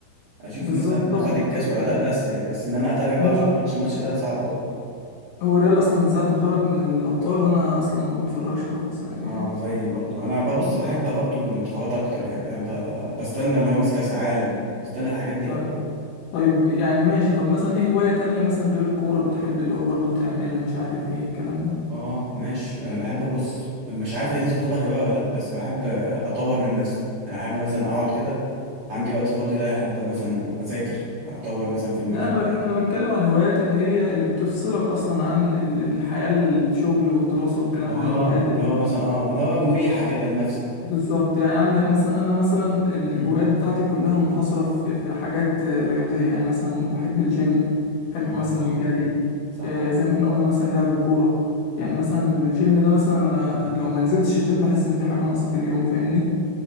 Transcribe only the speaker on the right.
اشوف
مثلا
خد الكاس
ولا
لا بس يعني بس ان انا اتابع بقى
واشوف ماتش ماتش لا صعب قوي
اه
زي برضو انا ببص بحب برضو منتخبات اكتر يعني بحب بستنى اللي هو ماسك كاس عالم بستنى الحاجات دي
قوي
اه ماشي انا بحب بص مش عارف هي دي تعتبر هوايه ولا لا بس بحب اطور من نفسي انا احب مثلا اقعد كده عندي وقت فاضي لا احب مثلا اذاكر اطور مثلا في المجال
بتاعي
اه
اللي هو مثلا اه اللي هو مريحة كده لنفسك
امم
اه
صح
صح
امم